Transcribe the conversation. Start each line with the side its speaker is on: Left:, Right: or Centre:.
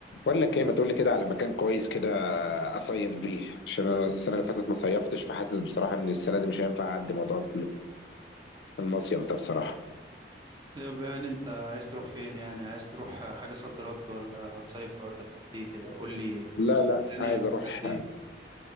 Left: بقول لك ايه ما تقول لي كده على مكان كويس كده اصيف بيه عشان انا السنه اللي فاتت ما صيفتش فحاسس بصراحه ان السنه دي مش هينفع اعدي موضوع المصيف ده بصراحه
Right: طب يعني انت عايز تروح فين يعني عايز تروح حاجة صد رد ولا هتصيف تقعد لك قد ايه كده قول لي
Left: لا لا
Right: ميزانية
Left: عايز
Right: معاك
Left: اروح
Right: قد ايه